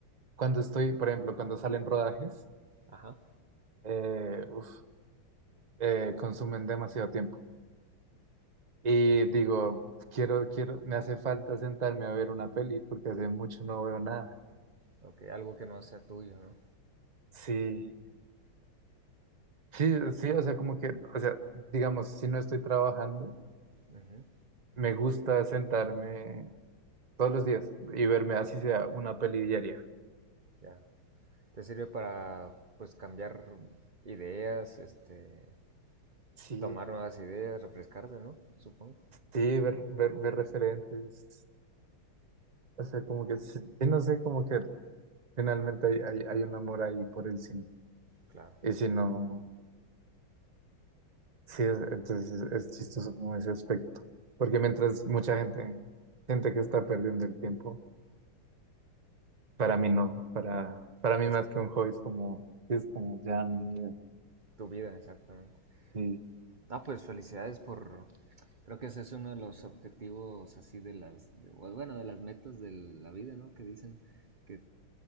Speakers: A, on the right; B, on the right.
A: Cuando estoy, por ejemplo, cuando salen rodajes,
B: ajá,
A: eh, uf, eh, consumen demasiado tiempo. Y
B: ya.
A: digo, quiero, quiero, me hace falta sentarme a ver una peli, porque hace mucho no veo nada.
B: Ok, algo que no sea tuyo, ¿no?
A: Sí, sí, sí, o sea, como que, o sea, digamos, si no estoy trabajando.
B: Ujú,
A: Me gusta sentarme todos los días y verme así sea una peli diaria.
B: ya. Te sirve para, pues, cambiar ideas, este,
A: Sí,
B: tomar nuevas ideas, refrescarte, ¿no? Supongo.
A: sí, ver, ver, ver referentes. O sea, como que, sí, sí, no sé, como que finalmente hay, hay, hay un amor ahí por el cine.
B: Claro.
A: Y si no, sí, es- entonces es, es chistoso como ese aspecto. Porque mientras mucha gente siente que está perdiendo el tiempo, para mí no. Para, para
B: Entonces,
A: mí más que un hobby es como, es como ya mi vida.
B: tu vida, exactamente.
A: Y
B: Ah, pues felicidades por... Creo que ese es uno de los objetivos así de las... de- bueno, de las metas de la vida, ¿no? Que dicen que,